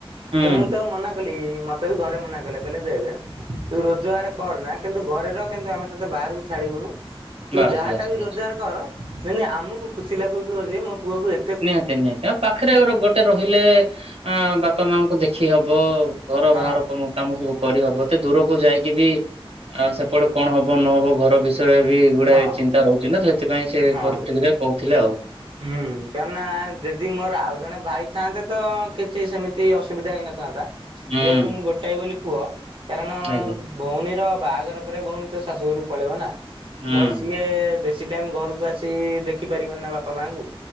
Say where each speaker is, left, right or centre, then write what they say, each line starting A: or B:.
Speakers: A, on the right; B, on the right.
A: ହୁଁ
B: ତ ମୁଁ ତ ମନା କଲି ମତେ ତେ ବି ଘରେ ମନା କଲେ କହିଲେ ଦେଖ ତୁ ରୋଜଗାର କରନା କିନ୍ତୁ ଘରେ ରହ କିନ୍ତୁ ଆମେ ତତେ ବାହାରକୁ ଛାଡିବୁନୁ, ତୁ
A: ବାସ୍
B: ଯାହା
A: ବାସ୍
B: ଟା ବି
A: ବାସ୍।
B: ରୋଜଗାର କର ଯେମତି ଆମକୁ ଖୁସି ଲାଗୁଥିବ ଯେ ମୋ ପୁଅକୁ ଏ
A: ନିହାତି ନିହାତି ଆ ପାଖରେ ଗୋଟେ ରହିଲେ ଆ ବାପା ମାଙ୍କୁ ଦେଖି ହବ। ଘର
B: ହଁ।
A: ବାହାର କାମ ସବୁ କରିହବ ଏତେ ଦୂରକୁ ଯାଇକି ବି ଆଉ ସେପଟେ କଣ ହବ ନହବ ଘର ବିଷୟରେ ବି ଗୁଡାଏ
B: ହଁ
A: ଚିନ୍ତା ରହୁଛି ନା ସେଥିପାଇଁ ସେ
B: ହଁ।
A: କରିକ କହୁଥିଲେ ଆଉ।
B: ହୁଁ କାହିଁକି ନା ଯେଦି ମୋର ଆଉ ଜଣେ ଭାଇ ଥାଆନ୍ତେ ତ କିଛି ସେମିତି ଅସୁବିଧା ହେଇନଥାନ୍ତା।
A: ହୁଁ
B: ଯେହେତୁ ମୁଁ ଗୋଟାଏ ବୋଲି ପୁଅ, କାରଣ
A: ଆଜ୍ଞା
B: ଭଉଣୀର ବାହାଘର ପରେ ଭଉଣୀ ତ ଶାଶୁଘରକୁ ପଳେଇବ ନା
A: ହୁଁ
B: ତ ସିଏ ବେଶୀ ଟାଇମ୍ ଘରକୁ ଆସି ଦେଖି ପାରିବନି ନା ବାପା ମାଙ୍କୁ